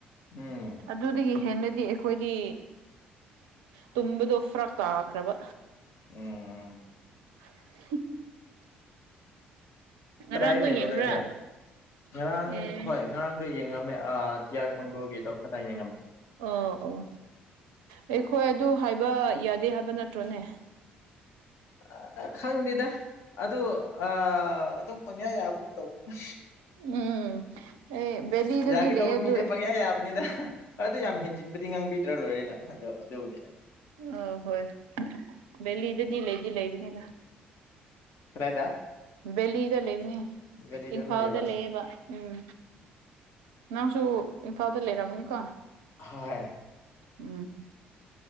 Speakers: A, on the left; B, on the right.
A: ꯎꯝ
B: ꯑꯗꯨꯗꯒꯤ ꯍꯦꯟꯅꯗꯤ ꯑꯩꯈꯣꯏꯗꯤ ꯇꯨꯝꯕꯗꯣ ꯐꯔꯛ ꯇꯥꯈ꯭ꯔꯕ
A: ꯎꯝ ꯎꯝ
B: <inaudible> ꯉꯔꯥꯡꯗꯣ
A: ꯀꯗꯥꯏꯗ ꯂꯩꯕ꯭ꯔꯣ
B: ꯌꯦꯡꯕ꯭ꯔꯥ
A: ꯅꯣꯏꯗꯤ ꯉꯔꯥꯡ
B: ꯑꯦ
A: ꯍꯣꯏ ꯉꯔꯥꯡꯗꯣ ꯌꯦꯡꯉꯝꯃꯦ ꯑꯥ ꯗꯤ ꯑꯥꯔ ꯀꯣꯟꯒꯜꯒꯤꯗꯣ ꯈꯇꯪ ꯌꯦꯡꯉꯝꯃꯦ
B: ꯑꯣ ꯑꯣ ꯑꯩꯈꯣꯏ ꯑꯗꯨ ꯍꯥꯏꯕ ꯌꯥꯗꯦ ꯍꯥꯏꯕ ꯅꯠꯇ꯭ꯔꯣꯅꯦ
A: ꯑ ꯈꯪꯗꯦꯗ ꯑꯗꯨ ꯑꯥ ꯑꯗꯨꯝ ꯄꯪꯌꯥ ꯌꯥꯕꯒꯨꯝ ꯇꯧꯕꯅꯤꯗ
B: ꯎꯝ ꯑꯦ ꯕꯦꯂꯤꯗꯗꯤ
A: ꯌꯥꯒꯤꯗꯧꯕ
B: ꯂꯩꯌꯦ ꯑꯗꯨ
A: ꯃꯤꯗꯤ ꯄꯪꯌꯥ ꯌꯥꯕꯅꯤꯗ ꯑꯗꯨ ꯌꯥꯝ ꯍꯦꯟꯖꯤꯟꯕꯗꯤ ꯉꯥꯡꯕꯤꯗ꯭ꯔꯥ ꯂꯣꯏꯔꯦꯅ ꯑꯗꯣ ꯑꯗꯨꯕꯨꯗꯤ
B: ꯑ ꯍꯣꯏ ꯕꯦꯂꯤꯗꯗꯤ ꯂꯩꯗꯤ ꯂꯩꯕꯅꯤꯗ
A: ꯀꯔꯥꯏꯗ
B: ꯕꯦꯂꯤꯗ ꯂꯩꯕꯅꯦ
A: ꯚꯦꯂꯤꯗ
B: ꯏꯝꯐꯥꯜꯗ
A: ꯑꯗꯨꯝ ꯂꯩꯕ꯭ꯔꯥ
B: ꯂꯩꯌꯦꯕ ꯎꯝ ꯅꯪꯁꯨ ꯏꯝꯐꯥꯜꯗ ꯂꯩꯔꯝꯒꯅꯤꯀꯣ
A: ꯍꯥꯏ
B: ꯎꯝ